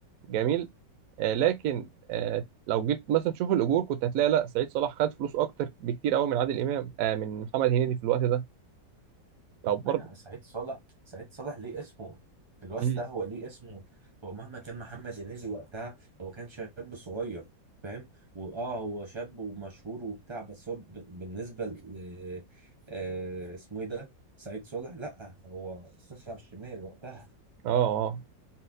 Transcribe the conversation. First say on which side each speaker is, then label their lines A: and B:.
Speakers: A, on the right (about 75°); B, on the right (about 35°).
A: جميل آه، لكن آه، لو جيت مثلا تشوف الأجور كنت هتلاقي لا سعيد صالح خد فلوس أكتر بكتير أوي من عادل إمام آه، من محمد هنيدي في الوقت ده طب برضه
B: ايوه سعيد صالح سعيد صالح ليه اسمه في الوقت
A: مم.
B: ده هو ليه اسمه هو مهما كان محمد هنيدي وقتها هو كان شاب صغير فاهم واه هو شاب ومشهور وبتاع بس هو ب- بالنسبه ل آه، اسمه ايه ده سعيد صالح لا هو صفر على الشمال وقتها
A: اه اه